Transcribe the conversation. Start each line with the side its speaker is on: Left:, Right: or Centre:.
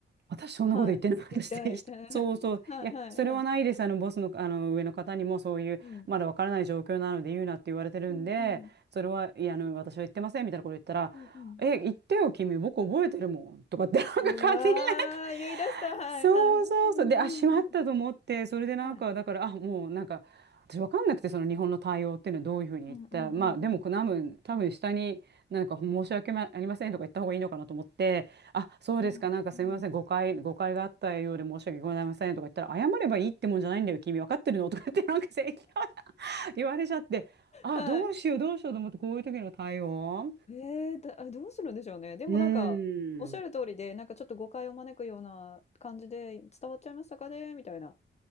Right: 私そんなこと言ってなかったしていい人。
Left: はい。言ってはいたはい、
Right: <laughs> そうそう。いや、
Left: はいはい。
Right: それはないです。あの、ボスの、あの、上の方にもそういう、
Left: うん。
Right: まだわからない状況なので言うなって言われてるんで、
Left: うんうん。
Right: それは、いや、あの、私は言ってませんみたいなこと言ったら、
Left: うんうん。
Right: え、言ってよ、君、僕覚えてるもん。とかって、<laughs> なんか勝手になんか、
Left: うわー、言い出した。はいはい。
Right: そうそうそう。
Left: うんうん。
Right: で、あ、しまったと思って、それでなんか、
Left: はい。
Right: だから、あ、もうなんか、私わかんなくて、その日本の対応っていうのはどういうふうに言った。
Left: うんうんうんうん。
Right: まあ、でも、多分、多分下に、なんか申し訳まありませんとか言った方がいいのかなと思って、あ、そうですか。
Left: うんうんうん。
Right: なんかすみません。誤解、誤解があったようで申し訳ございませんとか言ったら、謝ればいいってもんじゃないんだよ。君分かってるのとか言って、なんか正義感 <laughs> 言われちゃって、あ、
Left: は
Right: どうしよう、どうしようと思って、こういう時の対応。
Left: い。ええ、だあ、どうするんでしょうね。でもなんか、
Right: うー
Left: おっしゃる通りで、
Right: ん。
Left: なんかちょっと誤解を招くような感じで「伝わっちゃいましたかね？」みたいな。